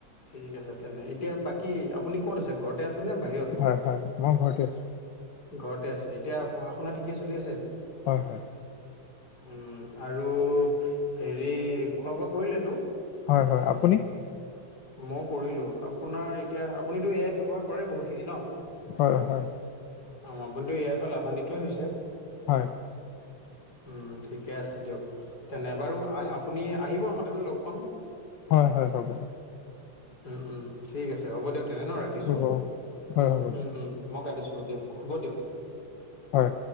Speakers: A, on the left; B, on the left.
A: ঠিক আছে তেনে, এতিয়া বাকী আপুনি ক'ত আছে ঘৰতে আছেনে বাহিৰত?
B: হয়, হয়, মই ঘৰতে আছোঁ।
A: ঘৰতে আছে, এতিয়া পঢ়া শুনা ঠিকে চলি আছে?
B: হয়, হয়।
A: উম আৰু হেৰি খোৱা বোৱা কৰিলেতো?
B: হয়, হয়, আপুনি?
A: মই কৰিলো, আপোনাৰ এতিয়া আপুনিতো এ আই ব্যৱহাৰ কৰে বহুতখিনি ন?
B: হয়, হয়।
A: অ', আপুনিতো এ আই পৰা লাভান্বিতই হৈছে?
B: হয়।
A: উম ঠিকে আছে দিয়ক, তেনে বাৰু আহ আপুনি আহিব আমাৰ তাতে লগ পাম।
B: হয়, হয়, হব, হব।
A: উম, উম, ঠিক আছে, হ'ব দিয়ক তেনে ন, ৰাখিছোঁ,
B: হ'ব হয় হ'ব
A: উম, উম, মই কাটিছোঁ দিয়ক। হ'ব দিয়ক।
B: হয়।